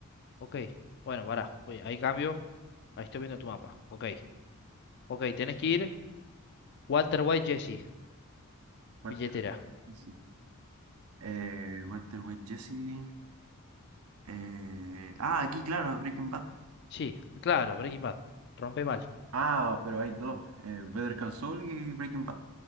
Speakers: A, on the left; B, on the right.
A: Ok, bueno, pará. Voy, ahí cambio. Ahí estoy viendo tu mapa. Ok, ok, tenés que ir. Walter White Jesse,
B: Walter
A: billetera.
B: White Jesse. Eh, Walter White Jesse. eh, ah, aquí, claro, Breaking Bad.
A: Sí, claro, Breaking Bad. Rompe mal.
B: Ah, pero hay dos, eh, Better Call Saul y Breaking Bad.